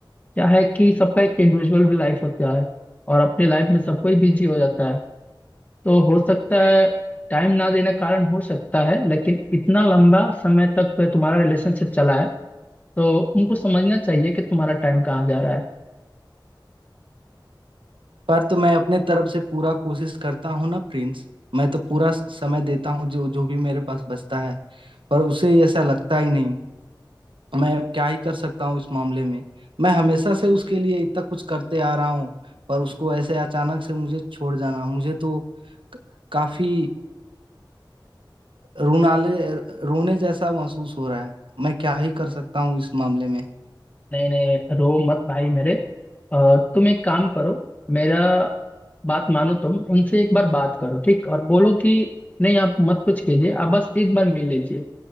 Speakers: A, on the left; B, on the right.
A: क्या है कि सबका एक इंडिविजुअल भी लाइफ होता है और अपनी लाइफ में सब कोई बिजी हो जाता है तो हो सकता है टाइम ना देने के कारण हो सकता है लेकिन इतना लंबा समय तक तुम्हारा रिलेशनशिप चला है तो उनको समझना चाहिए कि तुम्हारा टाइम कहाँ जा रहा है
B: पर तो मैं अपने तरफ से पूरा कोशिश करता हूँ ना प्रिंस मैं तो पूरा समय देता हूँ जो जो भी मेरे पास बचता है पर उसे ऐसा लगता ही नहीं मैं अब क्या ही कर सकता हूँ इस मामले में मैं हमेशा से उसके लिए इतना कुछ करते आ रहा हूँ पर उसको ऐसे अचानक से मुझे छोड़ जाना मुझे तो क- काफी रोनाले रोने जैसा महसूस हो रहा है मैं क्या ही कर सकता हूँ इस मामले में
A: नहीं नहीं रो मत भाई मेरे अ, तुम एक काम करो मेरा बात मानो तुम उनसे एक बार बात करो ठीक और बोलो कि नहीं आप मत कुछ कीजिए आप बस एक बार मिल लीजिए